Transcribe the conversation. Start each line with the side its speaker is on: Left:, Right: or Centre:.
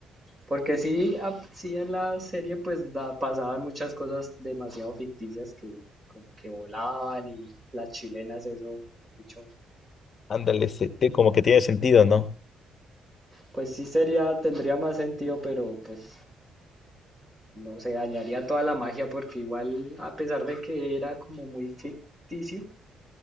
Right: Porque sí, ap- sí en la serie pues da- pasaban muchas cosas demasiado ficticias que como que volaban y las chilenas eso, mejor dicho.
Left: Ándale, se- te- como que tiene sentido, ¿no?
Right: Pues sí sería, tendría más sentido, pero pues no se dañaría toda la magia porque igual a pesar de que era como muy ficticio,